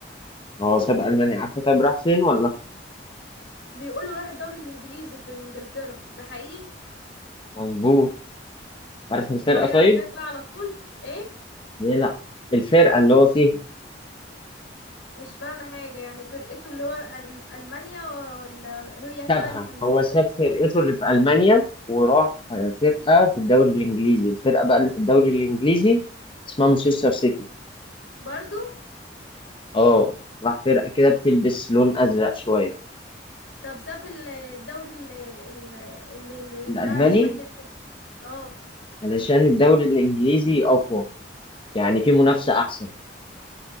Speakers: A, on the left (about 30°); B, on the left (about 80°).
A: هو ساب المانيا عارفه طيب راح فين ولا
B: بيقولوا راح الدوري الانجليزي في انجلترا ده حقيقي
A: مظبوط عارف الفرقه
B: وهيلعب
A: طيب
B: هناك بقى على طول ايه
A: هي لا الفرقه اللي هو فيها
B: مش فاهمه حاجه يعني فرقته اللي هو ال- في المانيا ولا هي
A: سابها
B: اتنقلت انجلترا
A: هو ساب فرقته اللي في المانيا وراح آه، فرقه في الدوري الانجليزي الفرقه بقى اللي في الدوري الانجليزي اسمها مانشستر سيتي
B: برضو
A: اه راح فرقه كده بتلبس لون ازرق شويه
B: طب ساب ال- الدوري اللي, اللي, اللي بتاع
A: الالماني
B: المانيا ليه اه
A: علشان الدوري الإنجليزي أقوى يعني في منافسة أحسن